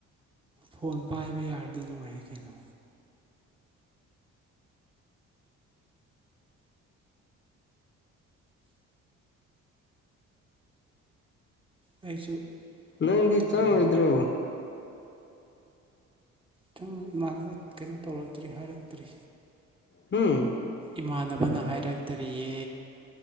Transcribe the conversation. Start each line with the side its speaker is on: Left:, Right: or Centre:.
Right: ꯐꯣꯟ ꯄꯥꯏꯕ ꯌꯥꯔꯗꯤ ꯅꯨꯡꯉꯥꯏꯌꯦ ꯀꯩꯅꯣ꯫ ꯑꯩꯁꯨ꯫
Left: ꯅꯪꯗꯤ
Right: ꯊꯕꯛ
Left: ꯆꯪꯉꯔꯣꯏꯗ꯭ꯔꯣ
Right: ꯍꯧꯅ ꯇꯨ ꯏꯃꯥꯟꯅꯕ ꯀꯩꯅꯣ ꯇꯧꯔꯛꯇ꯭ꯔꯤ ꯍꯥꯏꯔꯛꯇ꯭ꯔꯤ
Left: ꯍꯨꯝ
Right: ꯏꯃꯥꯟꯅꯕꯅ ꯍꯥꯏꯔꯛꯇ꯭ꯔꯤꯌꯦ